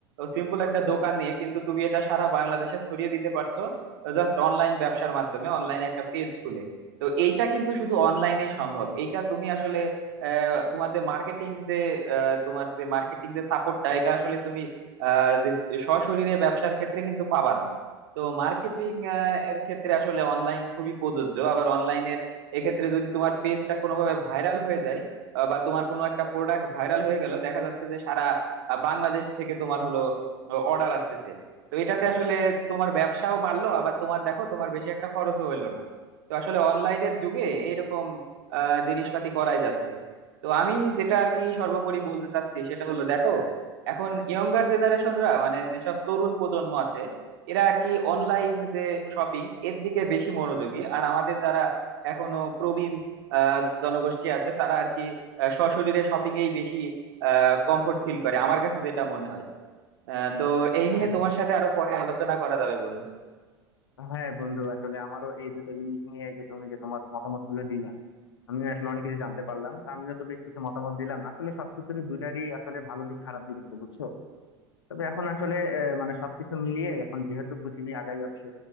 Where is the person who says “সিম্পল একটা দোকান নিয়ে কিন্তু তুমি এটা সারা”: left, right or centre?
Right